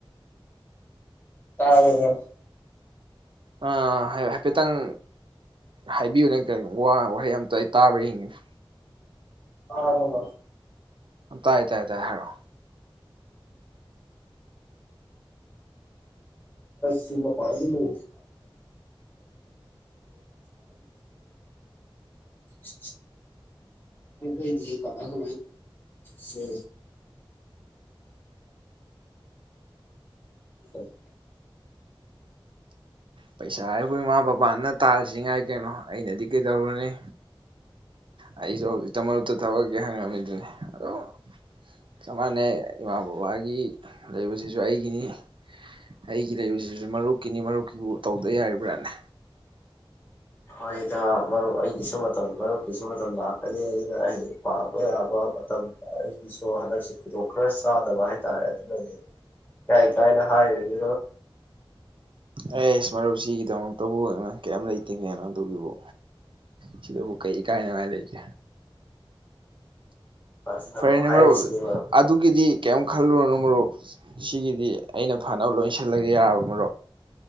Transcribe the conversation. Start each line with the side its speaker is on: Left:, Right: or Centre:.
Left: ꯇꯥꯔꯕ ꯃꯔꯨꯞ
Right: ꯑꯥ ꯍꯥꯏꯐꯦꯠꯇꯪ ꯍꯥꯏꯕꯤꯌꯨꯅꯦ ꯋꯥꯍꯩ ꯑꯝꯇ ꯑꯩ ꯇꯥꯕ꯭ꯔꯥ ꯌꯦꯡꯒꯅꯤ
Left: ꯑ ꯍꯣ ꯍꯣ
Right: ꯇꯥꯏ ꯇꯥꯏꯌꯦ ꯇꯥꯏ ꯍꯥꯏꯔꯛꯑꯣ
Left: ꯆꯃ ꯄ ꯂꯔꯨ ꯁꯨ ꯀ ꯀꯩꯗꯤ ꯀꯂ ꯍ ꯁꯦ <unintelligible>
Right: ꯄꯩꯁꯥ ꯑꯩꯈꯣꯏ ꯏꯃꯥ ꯕꯕꯥꯅ ꯇꯥꯔꯤꯁꯤ ꯉꯥꯏ ꯀꯩꯅꯣ ꯑꯩꯅꯗꯤ ꯀꯩꯗꯧꯔꯨꯅꯤ ꯑꯩꯁꯨ ꯍꯧꯖꯤꯛꯇ ꯃꯔꯛꯇ ꯊꯕꯛꯀꯤꯦ ꯍꯪꯉꯝꯃꯤꯗꯨꯅꯦ ꯑꯣ ꯆꯞꯃꯟꯅꯩ ꯏꯃꯥ ꯕꯕꯥꯒꯤ ꯂꯩꯕꯁꯤꯁꯨ ꯑꯩꯒꯤꯅꯤ ꯑꯩꯒꯤ ꯂꯩꯕꯁꯤꯁꯨ ꯃꯔꯨꯞꯀꯤꯅꯤ ꯃꯔꯨꯞꯀꯤꯕꯨ ꯇꯧꯗ ꯌꯥꯔꯤꯕ꯭ꯔꯥꯅꯦ
Left: ꯍꯣꯏꯗ ꯃꯔꯨꯞ ꯑꯩꯒꯤꯁꯨ ꯃꯇꯝ ꯃꯔꯨꯞꯀꯤꯁꯨ ꯃꯇꯝ ꯂꯥꯛꯀꯅꯤ ꯑꯗꯨꯅ ꯑꯩ ꯄꯥꯕ ꯌꯥꯕ ꯃꯇꯝ ꯑꯩꯒꯤꯁꯨ ꯍꯟꯗꯛꯁꯦ ꯈꯨꯗꯣꯡ ꯈꯔ ꯆꯥꯗꯕ ꯍꯥꯏꯇꯥꯔꯦ ꯑꯗꯨꯅꯅꯦ ꯀꯥꯏ ꯀꯥꯏꯅ ꯍꯥꯏꯅꯦ
Right: ꯑꯦ ꯏꯁꯃꯔꯨꯞꯁꯤꯒꯤꯗꯃꯛꯇ ꯇꯕꯨ ꯑꯅ ꯀꯌꯥꯝ ꯂꯩꯇꯦꯒꯦꯅꯣ ꯑꯗꯨꯒꯤꯕꯨ ꯁꯤꯗꯕꯨ ꯀꯩ ꯏꯀꯥꯏꯅꯉꯥꯏ ꯂꯩꯒꯦ
Left: ꯑꯗꯨꯅ
Right: ꯐꯔꯦꯅꯦ
Left: ꯑꯃꯨꯛ ꯍꯥꯏꯔꯛꯏꯁꯤꯅꯤ
Right: ꯃꯔꯨꯞ ꯑꯗꯨꯒꯤꯗꯤ ꯀꯤꯝ ꯈꯜꯂꯨꯔꯅꯨ ꯃꯔꯨꯞ ꯁꯤꯒꯤꯗꯤ ꯑꯩꯅ ꯐꯅꯕ ꯂꯣꯏꯁꯤꯜꯂꯒ ꯌꯥꯔꯕꯃꯣ